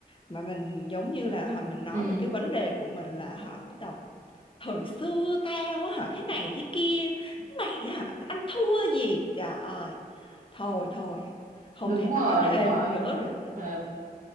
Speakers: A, on the left (about 35°); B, on the right (about 55°).
A: mà mình giống như là họ mình nói
B: ừ
A: về cái vấn đề của mình là họ bắt đầu thời xưa tao á hả thế này thế kia mày á hả ăn thua gì trời ơi thôi thôi không
B: đúng
A: thể nói
B: rồi
A: thêm
B: đúng rồi
A: được nữa rồi
B: ừ